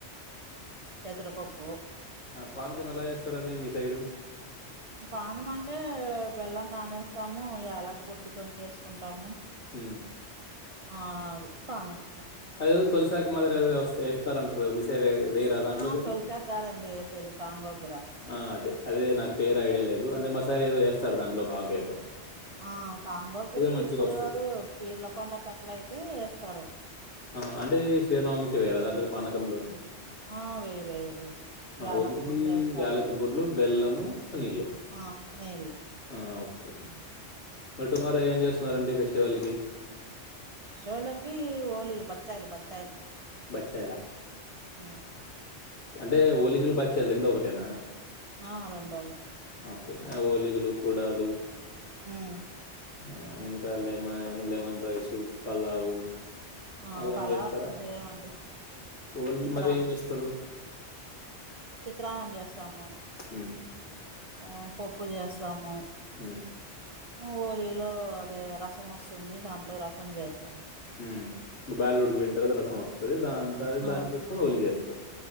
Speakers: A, on the right; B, on the left.
A: పెసరపప్పు
B: ఆ! పానకం ఎలా చేస్తారండి మీ సైడు?
A: పానకం అంటే బెల్లం నా నేస్తాము ఎలక బుడ్లతో చేస్తా ఉంటాము
B: హ్ము
A: ఆ అది పానకము
B: అదేద తొలిసాక మ మాదిరి అద వస్త ఎేస్తారంటారు మీసరు అయితే వేరా దాంట్లోకిది
A: ఆ తొలిసారి కాదండి వేసేది కాంగోగ్ర
B: ఆ అదే అదే నాకు పేరు ఐడియా లేదు అదే మసాలా ఏదో వేస్తడు దంట్లో ఆగే ఏదో
A: ఆ సాంగగిరి
B: మంచిగొస్తది.
A: ఇప్పుడు అద పీర్ల పండకట్ల అయితే వేస్తారండి
B: ఆ అంటే శ్రీనవమకి వయ్యరాా దాంట్లో పా పనకంలోకి
A: ఆ వేయరు వేయరు యాలక
B: ఓన్లీ
A: బుడ్లు వేస్తారు
B: యాలక బుడ్లు బెల్లము నీళ్లు
A: ఆ నీళ్ళు
B: ఆ ఒకే మరి టుమారో ఏం చేస్తున్నారండి ఫెస్టివల్ కి
A: ోలకి ఓలి బచ్చాయిలు బచ్చాయిలు
B: బచ్చయిలా
A: ఉమ్
B: అంటే ఓలిగలు బచ్చలు రెండు ఒకటేనా
A: ఆ రెండు ఒకటే
B: ఓకే. ఆ ఒలిగలు కుడాలు
A: హుమ్
B: ఆ ఇంకా లెమన్ లెమన్ రైస్ పలావు
A: ఆ
B: అలానే
A: పలావ్
B: చేస్తారా
A: అన్నం అయితె చేయమండి
B: ఓన్లీ
A: చిత్రన్నం
B: మరి ఏం చేస్తారు
A: చిత్రాన్నం చేస్తము
B: హుమ్
A: ఆ పప్పు చేస్తాము
B: మ్
A: హోలీలో అదే రసం వస్తుంది దాంట్లో రసం చేస్త
B: మ్ బ్యాల్ ఉడికిపోయిన తర్వాత రసం వస్తుంది దాని తత
A: ఆ
B: దాన్ని తీసుకొని ఒలికేస్తారు